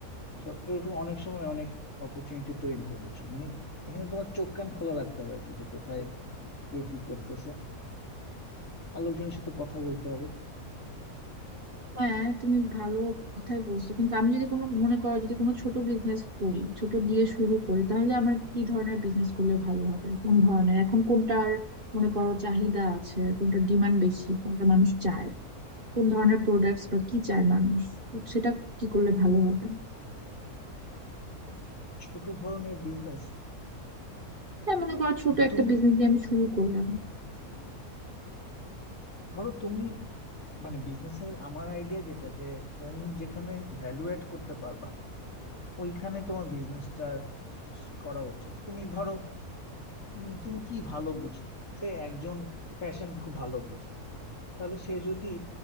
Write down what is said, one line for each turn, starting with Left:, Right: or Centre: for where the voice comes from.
Left: তো এরকম অনেক সময় অনেক অপরচুনিটি তৈরি হয় বুঝছো মানে এখানে তোমার চোখ কান খোলা রাখতে হবে আর কি যে কোথায় কে কি করতেছে আর লোকজনের সাথে কথা বলতে হবে
Right: হ্যাঁ তুমি ভালো কথাই বলছো কিন্তু আমি যদি কোনো মনে করো যদি কোনো ছোট বিজনেস করি ছোট দিয়ে শুরু করি তাহলে আমার কি ধরনের বিজনেস করলে ভালো হবে কোন ধরনের এখন কোনটার মনে করো চাহিদা আছে কোনটা ডিমান্ড বেশি কোনটা মানুষ চায় কোন ধরনের প্রোডাক্টস বা কি চায় মানুষ তো সেটা কি করলে ভালো হবে
Left: ছোট ধরনের বিজনেস
Right: হ্যাঁ মনে করো ছোট একটা
Left: তুমি
Right: বিজনেস দিয়ে আমি শুরু করলাম
Left: ধরো তুমি মানে বিজনেসের আমার আইডিয়া যেটা যে তুমি যেখানে ভ্যালু এড করতে পারবা ওইখানে তোমার বিজনেসটা করা উচিত তুমি ধরো উম, তুমি কি ভালো বুঝো সে একজন ফ্যাশন খুব ভালো বুঝে তাহলে সে যদি